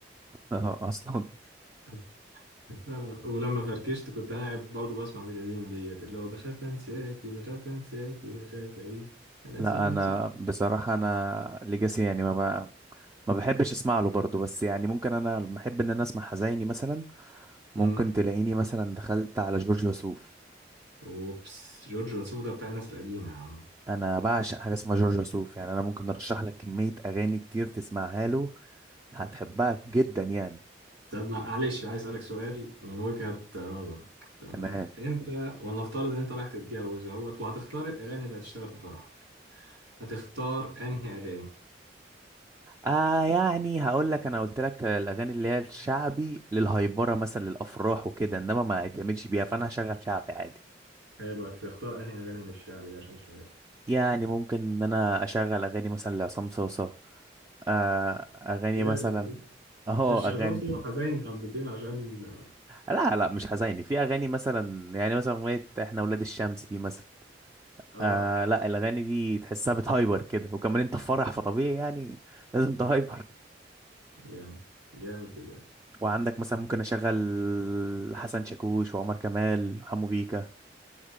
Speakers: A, on the right; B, on the right.
A: اه اصلا
B: <laughs> آه، ولما فركشت كنت انا قاعد برضه بسمع بتادين ديت اللي هو بخاف انساكي بخاف انساكي بخاف اعيب انا نسيت
A: لا
B: نفسي
A: انا بصراحه انا ليجاسي يعني ما ب... ما بحبش اسمع له برضه بس يعني ممكن انا لما احب ان انا اسمع حزيني مثلا ممكن
B: امم
A: تلاقيني مثلا دخلت على جورج وسوف
B: اوبس جورج وسوف ده بتاع الناس القديمه يا عم
A: انا بعشق حاجه اسمها جورج وسوف يعني انا ممكن ارشح لك كميه اغاني كتير تسمعها له هتحبها جدا يعني
B: طب ما- معلش عايز اسالك سؤال من وجهه نظرك تمام
A: تمام
B: انت ولنفترض ان انت رايح تتجوز اهوت وهتختار الاغاني اللي هتشتغل في فرحك هتختار انهي اغاني
A: آه يعني هقول لك انا قلت لك الاغاني اللي هي الشعبي للهيبره مثلا للافراح وكده انما ما يتعملش بيها فانا هشغل شعبي عادي
B: حلو هتختار انهي اغاني من الشعبي دي عشان اشغلها
A: يعني ممكن ان انا اشغل اغاني مثلا لعصام صوصه آه اغاني
B: جامد
A: مثلا
B: يا اسطى.
A: <laughs> اهو
B: مش
A: اغاني
B: عصام صاصا حزين حبتين عشان
A: لا لا مش حزيني في اغاني مثلا يعني مثلا اغنيه احنا ولاد الشمس دي مثلا
B: اه
A: آه لا الاغاني دي تحسها بتهايبر كده وكمان انت في فرح فطبيعي يعني لازم تهايبر
B: جامد جامد بجد
A: وعندك مثلا ممكن اشغل حسن شاكوش وعمر كمال وحمو بيكا